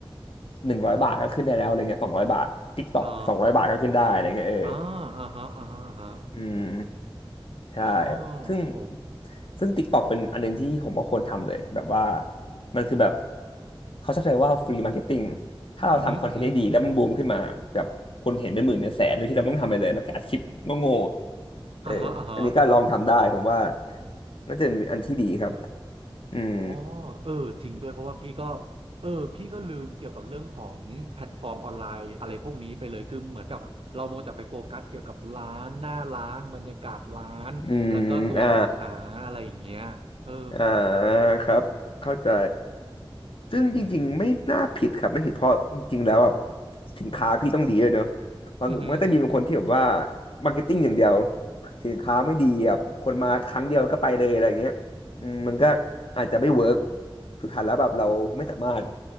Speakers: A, on the left; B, on the right.
A: หนึ่งร้อยบาทก็ขึ้นได้แล้วอะไรเงี้ยสองร้อยบาท TikTok
B: อ๋อ
A: สองร้อยบาทก็ขึ้นได้อะไรเงี้ยเออ
B: อ่าอ่าฮะอ่าฮะอ่าฮะ
A: อืมใช่
B: อ๋อ
A: ซึ่ง
B: โอ้
A: ซึ่ง TikTok เป็นอันหนึงที่ผมว่าควรทำเลยแบบว่ามันคือแบบเขาชอบใช้ว่า free marketing ถ้าเราทำคอนเทนต์ได้ดีแล้วมันบูมขึ้นมาแบบคนเห็นเป็นหมื่นเป็นแสนโดยที่เราไม่ต้องทำอะไรเลยเราแค่อัดคลิปโง่ๆเอออันนี้ก็ลองทำได้ผมว่า
B: อืมอหืมออือหืออ่าฮะอ่าฮะ
A: น่าจะเป็นอันที่ดีครับอืม
B: อ๋อเออจริงด้วยเพราะว่าพี่ก็เออพี่ก็ลืมเกี่ยวกับเรื่องของแพลตฟอร์มออนไลน์อะไรพวกนี้ไปเลยคือเหมือนกับเราโมวแต่ไปโฟกัสเกี่ยวกับร้านหน้าร้านบรรยากาศร้านแล้วก็ตัวสินค้าอะไรอย่างเงี้ยเออ
A: อืมอ่า อ่าครับเข้าใจซึ่งจริงๆไม่น่าผิดครับไม่ผิดเพราะจริงๆแล้วแบบ
B: อืม
A: สินค้าพี่ต้องดีเลยเนอะบางมันจะมีบางคนที่แบบว่า
B: อือหือ
A: มาร์เก็ตติ้งอย่างเดียวสินค้าไม่ดีแบบคนมาครั้งเดียวแล้วก็ไปเลยอะไรอย่างเงี้ยอืมมันก็อาจจะไม่เวิร์กสุดท้ายแล้วแบบเราไม่สามารถ